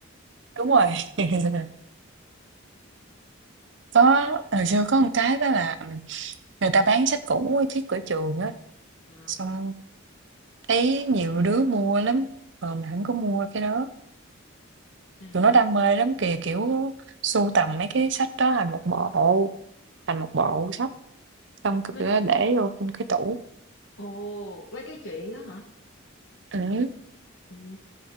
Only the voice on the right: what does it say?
Đúng rồi, <laughs> có hồi xưa có một cái đó là, ừm, người ta bán sách cũ ở trước cửa trường á,
xong Thấy nhiều đứa mua lắm, ờ, mình không có mua cái đó.
Tụi nó đam mê lắm kìa, kiểu, sưu tầm mấy cái sách đó thành một bộ, thành một bộ sách, xong c
tụi nó để vô trong cái tủ.
Ừm,